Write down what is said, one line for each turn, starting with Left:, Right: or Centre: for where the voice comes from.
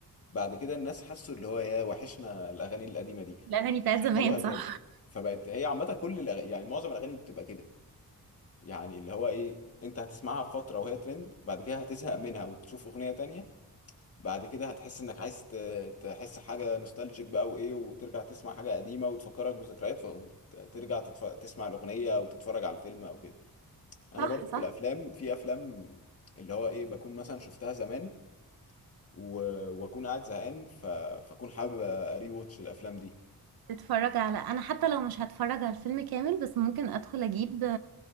Left: بعد كده الناس حسوا اللي هو يا وحشنا الاغاني القديمه دي
Right: الأغاني بتاعت
Left: شغلوها
Right: زمان
Left: تاني
Right: صح
Left: فبقت هي عامه كل الأغ... يعني معظم الاغاني بتبقى كده يعني اللي هو ايه انت هتسمعها في فتره وهي ترند بعد كده هتزهق منها وتشوف اغنيه تانية بعد كده هتحس انك عايز ت- تحس حاجه نوستالجيك بقى وايه وترجع تسمع حاجه قديمه وتفكرك بذكريات فقوم ت- ترجع تتف... تسمع الاغنيه او تتفرج على الفيلم او كده انا
Right: صح
Left: برضه
Right: صح
Left: في الافلام في افلام اللي هو ايه بكون مثلا شفتها زمان و... واكون قاعد زهقان ف... فاكون حابب اري واتش الافلام دي
Right: تتفرج على انا حتى لو مش هتفرج على الفيلم كامل بس ممكن ادخل اجيب